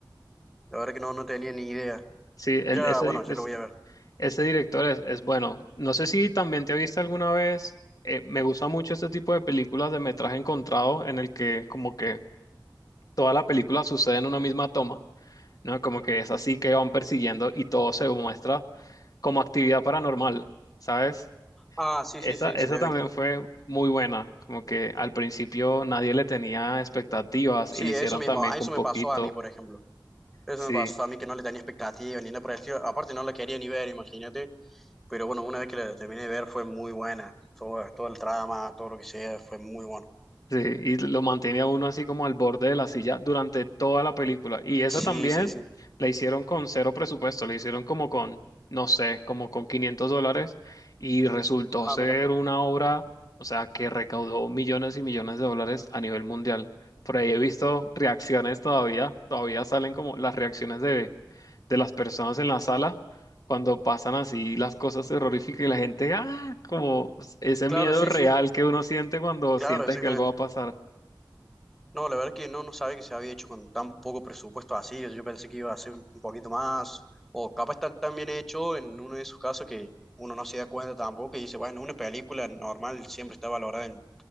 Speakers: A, in the centre; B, on the left.
A: La verdad que no, no tenía ni idea.
B: Sí, el-
A: Ya,
B: ese,
A: bueno, ya
B: es-
A: lo voy a ver.
B: ese director es, es bueno. No sé si también te viste alguna vez. eh, me gusta mucho este tipo de películas de metraje encontrado en el que como que toda la película sucede en una misma toma, ¿no? Como que es así que van persiguiendo y todo se muestra como actividad paranormal, ¿sabes?
A: Ah, sí,
B: Esa,
A: sí, sí,
B: esa
A: sí, lo
B: también
A: he visto.
B: fue muy buena, como que al principio nadie le tenía expectativas
A: Sí,
B: y le hicieron
A: eso mismo.
B: también
A: A
B: con
A: eso
B: poquito,
A: me pasó a mí, por ejemplo. Eso
B: sí.
A: me pasó a mí que no le tenía expectativa ni nada por el estilo. Aparte, no la quería ni ver, imagínate. Pero bueno, una vez que la terminé de ver fue muy buena. Todo, todo el trama, todo lo que sea, fue muy bueno.
B: Sí, y lo mantenía uno así como al borde de la silla durante toda la película. Y esa
A: Sí,
B: también
A: sí, sí.
B: la hicieron con cero presupuesto, la hicieron como con, no sé, como con 500 dólares y resultó
A: Ah,
B: ser
A: mira.
B: una obra, o sea, que recaudó millones y millones de dólares a nivel mundial. Por ahí he visto reacciones todavía, todavía salen como las reacciones de, de las personas en la sala cuando pasan así las cosas terroríficas y la gente, ah, como ese
A: Claro,
B: miedo
A: sí,
B: real
A: sí.
B: que uno siente cuando
A: Claro,
B: sientes
A: exactamente.
B: que algo va a pasar.
A: No, la verdad que no, no sabía que se había hecho con tan poco presupuesto así. Yo pensé que iba a ser un poquito más, o capaz está tan bien hecho en uno de esos casos que uno no se da cuenta tampoco y dice, bueno, una película normal siempre está valorada en